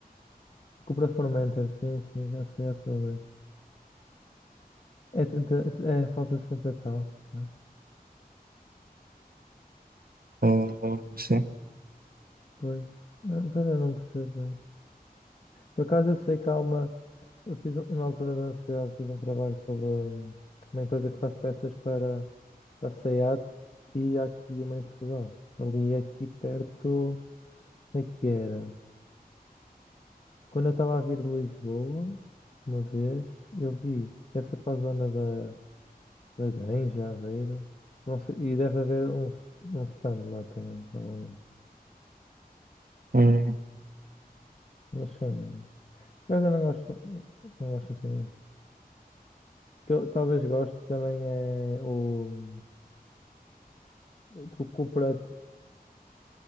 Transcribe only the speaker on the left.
Cupra Formentor, sim, sim, já sei, já soube. É, 30, é falta de 30 tal, né?
Pois, não, pois eu não percebo. bem. Por acaso eu sei que há uma. Eu fiz, um- na altura da universidade, fiz um trabalho sobre hum, uma empresa que faz peças para para a SEAT e há aqui uma em Portugal. Ali, aqui perto, onde é que era? Quando eu estava a vir de Lisboa, uma vez, eu vi, deve ser para a zona da, da Granja, Aveiro, não sei, e deve haver um, um stand lá também, provavelmente.
Mas sim, não. por acaso eu não gosto, não gosto assim muito. O que eu talvez goste também é o hum, Tu compra